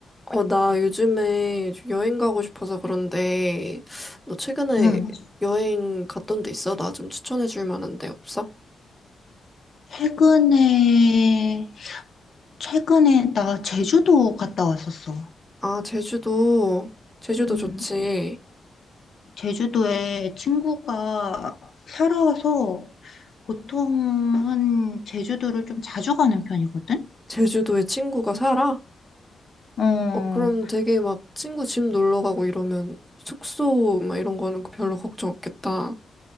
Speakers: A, in the centre; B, on the left.
A: 어, 나 요즘에 좀 여행 가고 싶어서 그런데, 너 최근에
B: 응.
A: 여행 갔던 데 있어? 나 좀 추천해 줄 만한 데 없어?
B: 최근에, 최근에 나 제주도 갔다 왔었어.
A: 아, 제주도. 제주도
B: 음,
A: 좋지.
B: 제주도에 친구가 살아와서 보통은 제주도를 좀 자주 가는 편이거든?
A: 제주도에 친구가 살아?
B: 어,
A: 어, 그럼 되게 막 친구 집 놀러 가고 이러면 숙소 막 이런 거는 별로 걱정 없겠다.